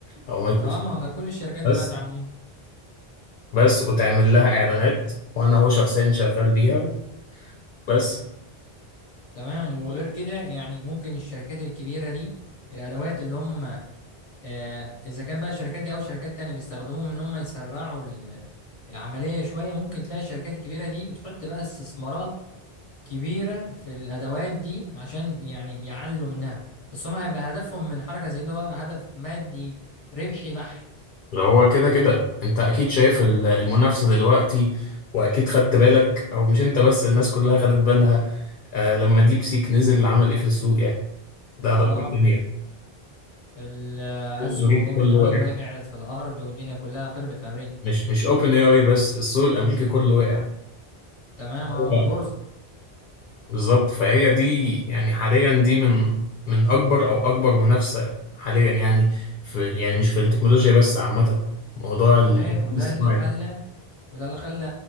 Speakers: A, on the left; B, on the left.
A: أو مايكروسوفت
B: اه ما هو ده كل الشركات دلوقتي
A: بس
B: عاملين
A: بس وتعمل لها اعلانات وانا هو شخصيا شغال بيها بس
B: تمام وغير كده يعني ممكن الشركات الكبيرة دي الأدوات اللي هم آه، إذا كان بقى الشركات دي أو شركات تانية بيستخدموهم إن هم يسرعوا ال- العملية شوية ممكن تلاقي الشركات الكبيرة دي بتحط بقى استثمارات كبيرة في الأدوات دي عشان يعني يعلوا منها بس هم هيبقى هدفهم من حركة زي ده هو هدف مادي ربحي بحت
A: لو هو كده كده انت اكيد شايف ال- المنافسة دلوقتي واكيد خدت بالك او مش انت بس الناس كلها خدت بالها آه لما ديب سيك نزل عمل ايه في السوق يعني ده
B: اه
A: ده كل الدنيا
B: الأسهم
A: السوق الامريكي
B: أوبن
A: كله
B: آي
A: واقع
B: وقعت في الأرض والدنيا كلها خربت في أمريكا
A: مش مش اوبن اي اي بس السوق الامريكي كله واقع
B: تمام اه
A: هو
B: والبورصة
A: بالظبط فهي دي يعني حاليا دي من من اكبر او اكبر منافسة حاليا يعني في يعني مش في التكنولوجيا بس عامة موضوع
B: صحيح
A: ال-
B: وده
A: الاصطناعي
B: اللي خلى
A: ده
B: وده اللي خلى